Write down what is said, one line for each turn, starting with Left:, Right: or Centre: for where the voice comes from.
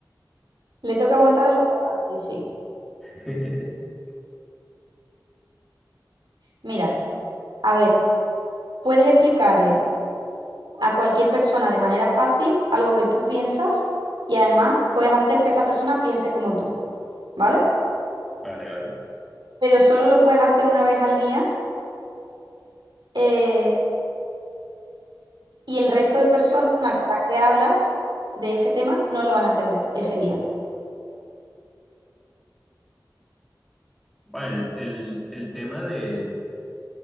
Right: Le toca aguantar a los demás. Sí, sí.
Centre: <laughs>
Right: Mira, a ver, puedes explicarle a cualquier persona de manera fácil algo que tú piensas y además puedes hacer que esa persona piense como tú. ¿vale?
Centre: Vale, vale.
Right: Pero solo lo puedes hacer una vez al día eh, y el resto de personas con las que hablas de ese tema no lo van a entender ese día.
Centre: Va, el, el, el tema de,